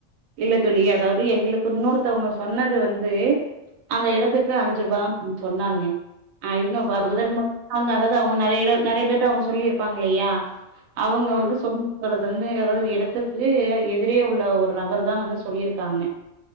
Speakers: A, on the right; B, on the right.
A: இல்ல தோழி அதாவது எங்களுக்கு இன்னொருத்தவங்க சொன்னது வந்து அந்த இடத க்கு அஞ்சு
B: ம்
A: ரூபா சொன்னன் நாங்க ஐனோ <unintelligible>
B: ம்
A: முதல் மு அதாவது அவங்க நெறைய இட நெறைய பேர் அவங்க சொல்லியிருப்பாங்க இல்லையா அவுங்க
B: ம்
A: வந்து சொ <unintelligible> வந்து அதாவது இடத்துக்கு எதிரே உள்ள ஒரு நபருக்கு தா வந்து சொல்லியிருக்காங்க